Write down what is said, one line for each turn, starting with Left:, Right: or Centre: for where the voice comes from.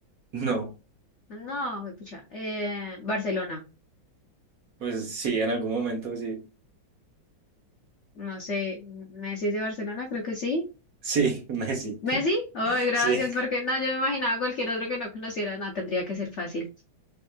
Right: No,
Left: No, güey, pucha. Eh, Barcelona,
Right: pues sí, en algún momento sí.
Left: no sé, ¿Messi es de Barcelona? Creo que sí.
Right: Sí, <laughs> Messi.
Left: ¿Messi? Ay, gracias,
Right: Sí,
Left: porque no, yo me imaginaba cualquier otro que no conociera, no, tendría que ser fácil.